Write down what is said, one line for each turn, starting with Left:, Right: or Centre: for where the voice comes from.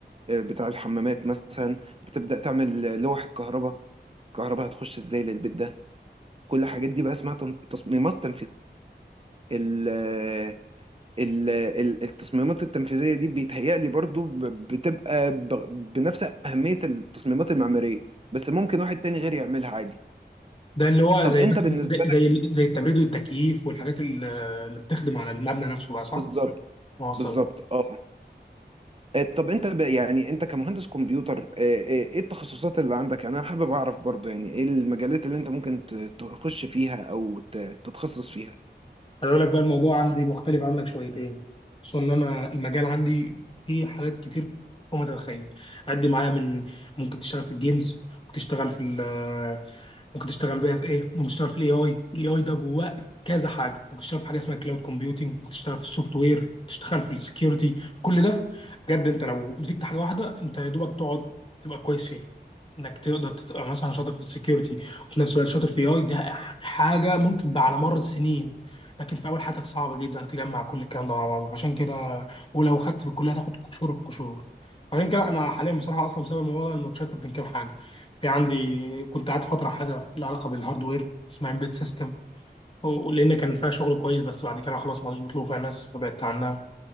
Right: آه، بتاع الحمامات مثلا بتبدا تعمل لوح الكهرباء الكهرباء هتخش ازاي للبيت ده كل الحاجات دي بقى اسمها تن- تصميمات تنفيذيه ال- ال- التصميمات التنفيذية دي بيتهيألي برضو ب- بتبقى ب- بنفس أهمية التصميمات المعمارية بس ممكن واحد تاني غير يعملها عادي
Left: ده اللي هو
Right: طب
Left: زي
Right: أنت
Left: مثلا
Right: بالنسبة
Left: زي زي
Right: لك
Left: زي التبريد والتكييف والحاجات ال- اللي بتخدم على المبنى نفسه بقى صح؟
Right: بالظبط
Left: واصل
Right: بالظبط اه آه، طب أنت ب... يعني أنت كمهندس كمبيوتر آه، آه، إيه التخصصات اللي عندك يعني أنا حابب أعرف برضو يعني إيه المجالات اللي أنت ممكن ت- تخش فيها أو ت- تتخصص فيها
Left: هقول لك بقى الموضوع عندي مختلف عنك شويتين خصوصا ان انا المجال عندي فيه حاجات كتير فوق ما تتخيل عدي معايا من ممكن تشتغل في الجيمز ممكن تشتغل في ال- ممكن تشتغل بقى في ايه ممكن تشتغل في الاي اي الاي اي ده جواه كذا حاجه ممكن تشتغل في حاجه اسمها كلاود كومبيوتنج ممكن تشتغل في السوفت وير ممكن تشتغل في السكيورتي كل ده بجد انت لو مسكت حاجه واحده انت يا دوبك تقعد تبقى كويس فيها انك تقدر تبقى مثلا شاطر في السكيورتي وفي نفس الوقت شاطر في اي ده حاجه ممكن بقى على مر السنين لكن في اول حياتك صعب جدا تجمع كل الكلام ده مع بعضه عشان كده ولو خدت في الكليه تاخد قشور القشور عشان كده انا حاليا بصراحه اصلا بسبب الموضوع ده أنا متشتت بين كام حاجه في عندي كنت قاعد فتره حاجه لها علاقه بالهاردوير اسمها امبيد سيستم لان كان فيها شغل كويس بس بعد كده خلاص ما عادش بيطلبوا فيها ناس فبعدت عنها